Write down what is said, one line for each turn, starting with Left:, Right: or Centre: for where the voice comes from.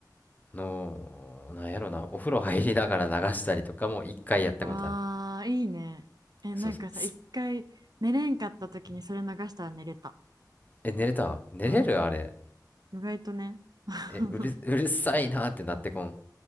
Left: の、なんやろな、お風呂入りながら流したりとかも一回やったことある。
Right: ああーいいねえなんかさ一回寝れんかった時にそれ流したら寝れた
Left: そうそう。すえ、寝れた寝れるあれ。
Right: うん意外とね <laughs>
Left: え、うる、うるさいなーってなってこん。